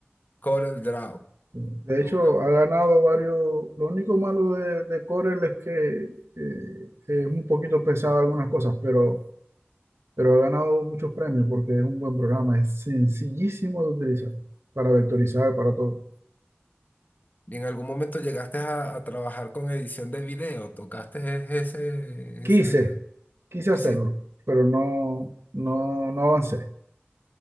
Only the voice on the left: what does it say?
Corel Draw.
lo
voy a buscar.
¿Y en algún momento llegaste a, a trabajar con edición de video? ¿Tocaste e-, ese,
ese,
hiciste?